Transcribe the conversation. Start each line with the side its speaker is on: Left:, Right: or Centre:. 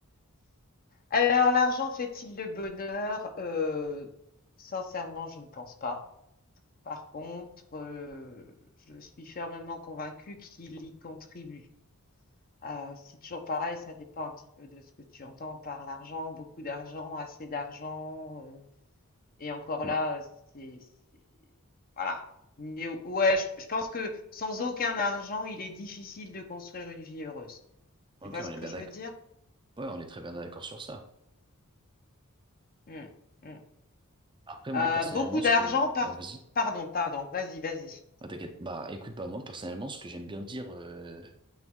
Left: Alors, l'argent fait-il le bonheur? Euh, sincèrement, je ne pense pas. Par contre, euh, je suis fermement convaincue qu'il y contribue. Euh, c'est toujours pareil, ça dépend un petit peu de ce que tu entends par l'argent, beaucoup d'argent, assez d'argent. euh, et encore
Right: Bah,
Left: là, euh, c'est, c'est- voilà. Mais ou- ouais, je, je pense que sans aucun argent, il est difficile de construire une vie heureuse.
Right: ok,
Left: Tu vois
Right: on
Left: ce
Right: est
Left: que
Right: bien
Left: je
Right: d'accord.
Left: veux dire?
Right: Ouais, on est très bien d'accord sur ça.
Left: Hmm, hmm.
Right: Après, moi,
Left: Euh,
Right: personnellement,
Left: beaucoup
Right: ce
Left: d'argent
Right: que...
Left: par...
Right: ouais, vas-y.
Left: Pardon, pardon, vas-y, vas-y.
Right: Ah, t'inquiète. Bah, écoute, bah, moi, personnellement, ce que j'aime bien dire euh,